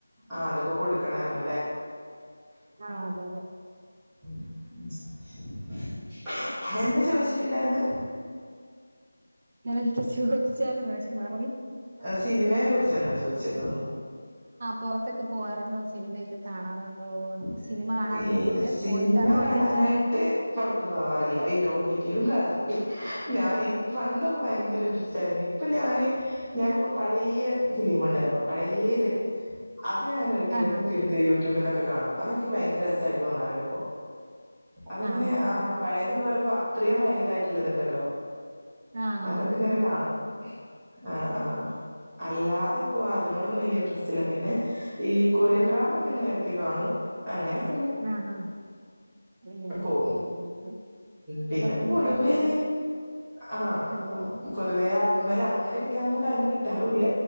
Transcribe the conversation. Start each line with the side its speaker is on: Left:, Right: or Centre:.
Centre: ആ അതൊക്കെ കൊടുക്കണല്ലോല്ലേ?
Right: ആ അതെ അതെ.
Centre: <unintelligible> എന്ത്‌? <unintelligible> ചോദിച്ചിട്ടുണ്ടാര്ന്ന്.
Right: ഞാൻ എന്തോ ചോദിച്ചാരുന്നു പക്ഷെ മ
Centre: സിനിമേന കുറിച്ച് എന്തോ ചോദിച്ചേന്ന് തോന്നുന്നു
Right: പൊറത്തൊക്കെ പോവാറുണ്ടോ സിനിമയൊക്കെ കാണാറുണ്ടോന്ന്
Centre: <unintelligible>
Right: സിനിമ കാണാൻ
Centre: ഇല്ല
Right: വേണ്ടിട്ട്
Centre: സിനിമ
Right: പോയിട്ട് അതോ
Centre: കാണാനായിട്ട്
Right: ഒ ടി ടി യിലാ
Centre: പൊറത്ത് പോവാറില്ല ഇല്ല ഓ റ്റി <unintelligible> കാണാറില്ല ഞാൻ എനിക്ക് പണ്ടൊക്ക ഭയങ്കര <unintelligible> ഇപ്പൊ ഞാന് ഞാനിപ്പോ പഴേയ ഫിലിമുണ്ടല്ലോ പഴേയത് അ <unintelligible> ഞാൻ എടക്കെടക്ക്
Right: ആഹ്
Centre: എടുത്ത് യൂട്യൂബ്ന്ന് കാണും അതി ക്ക് ഭയങ്കര രസായിട്ട് തോന്നാറുണ്ട് ഇപ്പോ അതെങ്ങനെ
Right: ആഹ് ആഹ്
Centre: ആ
Right: ആഹ്
Centre: പഴേത് ന്ന് പറയുമ്പോ അത്രയും പയതായിട്ടുള്ളത്ണ്ടല്ലോ
Right: ആഹ്
Centre: അതൊക്കെ
Right: ആഹ്
Centre: ഇങ്ങനെ കാണും ആ ആ അല്ലാതെ ഇപ്പോ അതിനോടൊന്നും വലിയ ഇൻട്രസ്റ്റ് ഇല്ല പിന്നെ ഈ കൊറിയൻ ഡ്രാമ ഒക്കെ എങ്ങനെ ഇടയ്ക്ക് കാണും അങ്ങനെ ങ്ങനേപോന്ന്
Right: ആഹ് ഉം
Centre: ഉ
Right: ഓക്കെ ഓക്കെ ഓക്കെ
Centre: പിന്നെ
Right: അപ്പൊ ഫ്രീ
Centre: പൊതുവേ
Right: ടൈം ഒക്കെ
Centre: ആ
Right: അങ്ങനെ
Centre: പൊതുവേ അതിമല അങ്ങനെ ഇരിക്കാനന്നും ടൈം കിട്ടാറുില്ല